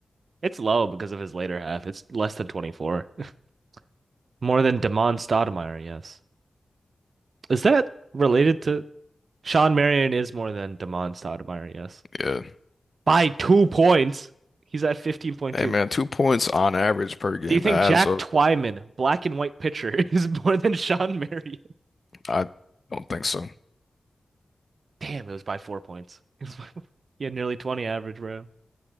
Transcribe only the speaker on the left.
Yeah.
Hey man, two points on average per game.
That
adds up.
I don't think so.